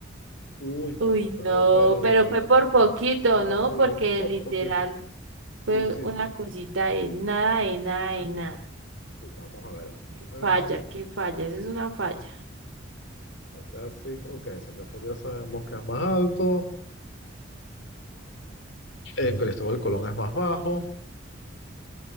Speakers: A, on the left; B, on the right.
A: uy, no,
B: Uy,
A: pero,
B: no,
A: pero,
B: pero fue por poquito,
A: pero
B: ¿no?
A: estuvimos
B: Porque
A: por
B: literal
A: poquito. Sí,
B: fue
A: <laughs> sí,
B: una cosita de nada, de nada, de nada.
A: sí, vamos a ver esto.
B: Qué
A: Ah,
B: Falla, qué falla, eso es una falla.
A: ¿verdad? Sí, ok, Singapur ya sabemos que es más alto, el Cristóbal Colón es más bajo,